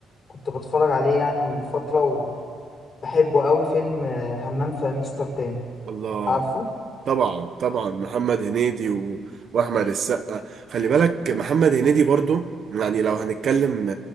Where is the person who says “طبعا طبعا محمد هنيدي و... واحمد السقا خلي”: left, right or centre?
Right